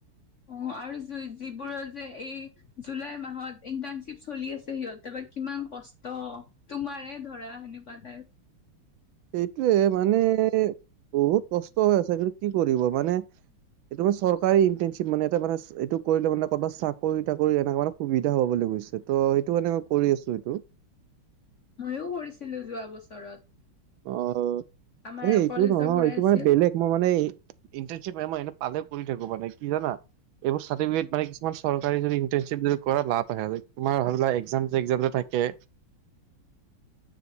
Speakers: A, on the left (about 50°); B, on the right (about 75°).
A: অ। যিবোৰৰ যে এই জুলাই মাহত ইন্টাৰণশ্বিপ চলি আছে সিহঁত বা কিমান। কষ্ট তোমাৰে ধৰা সেনেকুৱা ঠাইপ।
B: সেইটোৱে মানে বহুত কষ্ট হৈ আছে কিন্তু কি কৰিব মানে। এইটো মানে চৰকাৰিৰ ইন্টেচিম মানে এ মানে এইটো কৰিলে মানে'বাত চাকৰি তাকৰি এনে মানে সুবিধা হ'ব লাগিব। ত, সেইটো মানে মই কৰি আছোঁ এইটো',।
A: ময়ো কৰিছিলোঁ যোৱা বছৰত,।
B: অ',
A: আমাৰ
B: এ, এইটো
A: কলেজৰ
B: নহয়
A: পৰাই
B: এইটো
A: আছিল।
B: মানে বেলেগ মই মানে। ইণ্টাৰ্নশ্বিপ ম, মই এনে পালে কৰি থাকো মানে কি জানা,। এইবোৰ চাৰ্টিফিকেট মানে কিছুমান চৰকাৰী যদি ইণ্টাৰ্নশ্বিপ যদি কৰা লাভ আহে, তোমাৰ ভাবিলা এক্সাম চেক্সাম যে থাকে,। তাকে',।
A: <unintelligible>